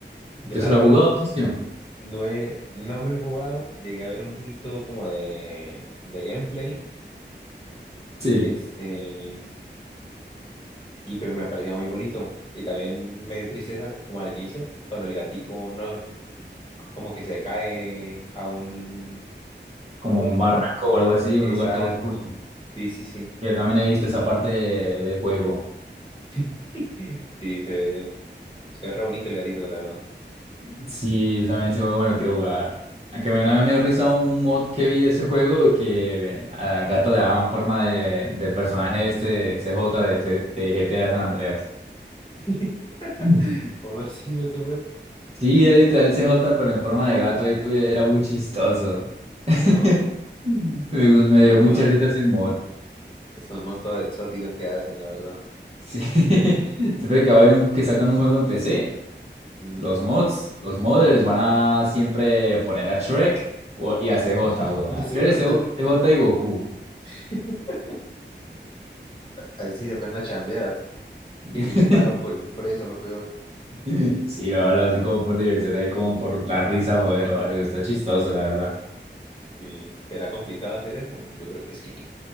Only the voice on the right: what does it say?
¿Usted
se
lo ha jugado,
socio?
Sí,
como
un barranco o algo así,
un lugar todo oscuro.
Yo también he visto esa parte de- del juego.
Sí, yo también ese juego me lo quiero jugar. Aunque me- una vez me dio risa un mod que vi de ese juego que eh, al gato le daban forma de, del personaje este de C J de, C- de GTA San Andreas.
Mm.
Sí, era literal C J, pero en forma de gato, ahí tuve- era muy chistoso.
<laughs> Me, gus-
me dio
mucha risa ese mod.
Sí. <laughs> Siempre que va a haber un, que sacan un juego en PC,
los mods, los modders van a siempre poner a Shrek o- y a CJ,
weón. A
Shrek,
CJ
CJ y Goku.
<laughs>
Sí, Sí, lo, lo hacen como por diversión, ahí como por la risa, joder, o algo. Está chistoso, la verdad.